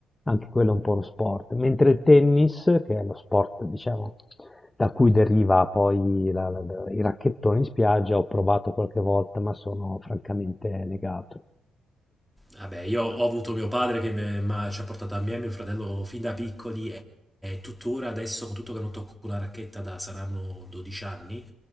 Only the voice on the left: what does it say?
Anche quello è un po' uno sport, mentre il tennis, che è lo sport, diciamo, da cui deriva poi la- la- la- i racchettoni in spiaggia, ho provato qualche volta, ma sono francamente negato.